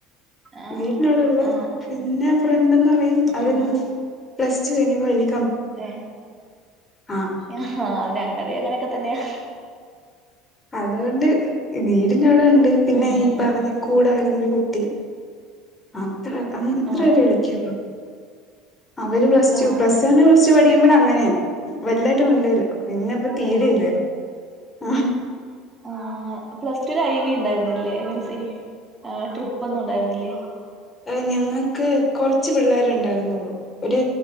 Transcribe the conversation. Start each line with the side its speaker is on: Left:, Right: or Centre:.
Right: ആ
Left: വീട്ടിനവ്ടെള്ളെ
Right: ആ
Left: പിന്നെ ഫ്രണ്ടെന്ന് പറയും അവരൊന്നും
Right: ആ
Left: പ്ലസ് റ്റു കയ്ഞ്ഞപ്പ <unintelligible>
Right: ഏ
Left: ആഹ്
Right: ആ അത് ഞങ്ങടെം അങ്ങനെക്കെ തന്നെയാ
Left: അത്കൊണ്ട് വീടിന്റെ അവിടെണ്ട് പിന്നെ
Right: ഉം
Left: ഈ പറഞ്ഞ കൂടെ വര്ന്ന ര് കുട്ടി അത്ര അ അത്ര
Right: ആ
Left: പേരെ വിളിക്ക്യൊള്ളു അവര് പ്ലസ് two
Right: ആ
Left: plus one plus two പഠിക്കുമ്പഴെ അങ്ങനെയാ വൽതായിട്ട് മിണ്ടൂലാ പിന്നെ പ്പ തീരെയില്ല
Right: ഏ
Left: ആഹ്
Right: ആ പ്ലസ്റ്റൂല് ഐവിണ്ടായ്ര്ന്നില്ലേ മീൻസ് എ ട്രിപ്പാെന്നും ഉണ്ടാര്ന്നില്ലേ?
Left: എ ഞങ്ങക്ക് കൊറ്ച്ച് പിള്ളരെ ണ്ടാര് ന്നൊള്ളു ഒര്